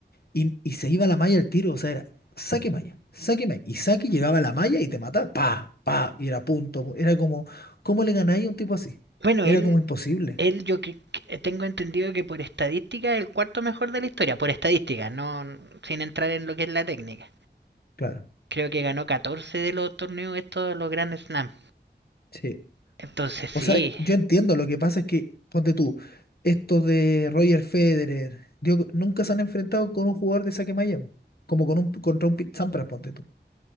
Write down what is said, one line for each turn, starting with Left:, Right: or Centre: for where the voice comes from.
Left: Y, y se iba a la malla el tiro, o sea, era saque malla, saque malla. Y saque llegaba a la malla y te mataba, pa, pa, y era punto. pu- Era como, ¿cómo le ganáis a un tipo así?
Right: Bueno,
Left: Era
Right: él,
Left: como imposible,
Right: él yo cre- que- tengo entendido que por estadística es el cuarto mejor de la historia, por estadística, no sin entrar en lo que es la técnica.
Left: claro.
Right: Creo que ganó 14 de los torneos estos, los Grand Slam.
Left: Sí,
Right: Entonces sí,
Left: O sea, yo entiendo, lo que pasa es que, ponte tú, estos de Roger Federer, Djokovic, nunca se han enfrentado con un jugador de saque malla, po. como con un, contra un Pete Sampras, ponte tú.